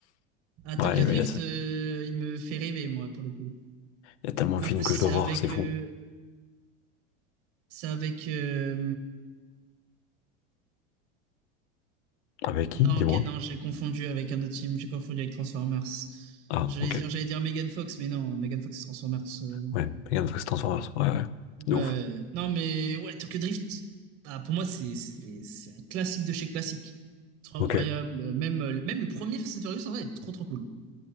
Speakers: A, on the right (about 55°); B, on the left (about 75°).
A: Ah, Tokyo
B: Ouais, il
A: Drift,
B: y a, il
A: euh, il me fait rêver, moi, pour le coup.
B: y a tellement
A: Mais
B: de films
A: en plus,
B: que
A: c'est
B: je dois
A: avec...
B: voir, c'est fou.
A: euh, c'est avec... euh,
B: Avec
A: Non,
B: qui? Dis-moi.
A: ok, non, j'ai confondu avec un autre film, j'ai confondu avec Transformers.
B: Ah,
A: J'allais
B: ok.
A: dire, j'allais dire Megan Fox, mais non, Megan Fox c'est Transformers. euh.
B: Ouais, regarde, parce que c'est Transformers. Ouais, ouais. De
A: Ouais.
B: ouf.
A: Non, mais ouais, Tokyo Drift, ah, pour moi, c'est c'est- c'est un classique de chez classique. Trop incroyable.
B: Ok.
A: Même, euh, même le premier Fast and Furious, en vrai, est trop trop cool.